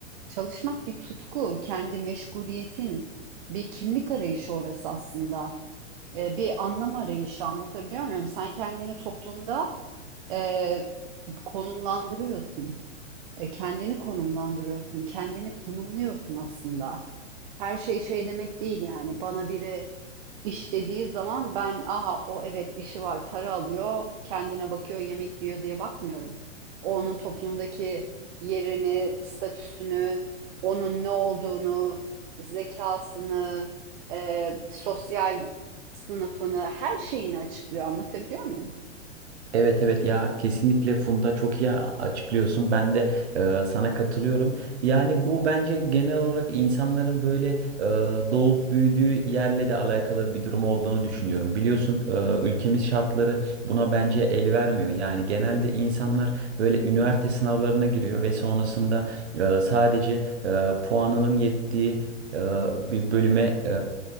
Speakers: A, on the right; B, on the right.
A: Çalışmak bir tutku, kendi meşguliyetin, bir kimlik arayışı orası aslında. E, bir anlam arayışı anlatabiliyor muyum? Sen kendini toplumda e, konumlandırıyorsun. E, kendini konumlandırıyorsun, kendini tanımlıyorsun aslında. Her şey şey demek değil yani. Bana biri İşlediği zaman ben aha o evet işi var para alıyor kendine bakıyor yemek yiyor diye bakmıyorum. O onun toplumdaki yerini, statüsünü, onun ne olduğunu, zekasını, e, sosyal sınıfını her şeyini açıklıyor anlatabiliyor muyum?
B: Evet evet ya kesinlikle Funda çok iyi açıklıyorsun. Ben de e, sana katılıyorum. Yani bu bence genel olarak insanların böyle e, doğup büyüdüğü yerle de alakalı bir durum olduğunu düşünüyorum. Biliyorsun e, ülkemiz şartları buna bence el vermiyor. Yani genelde insanlar böyle üniversite sınavlarına giriyor ve sonrasında e, sadece e, puanının yettiği e, bir bölüme e,